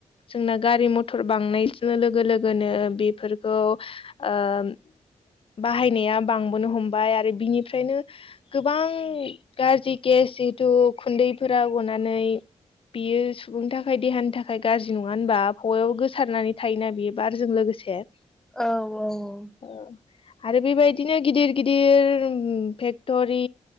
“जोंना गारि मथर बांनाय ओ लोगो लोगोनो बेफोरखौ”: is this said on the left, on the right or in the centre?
Left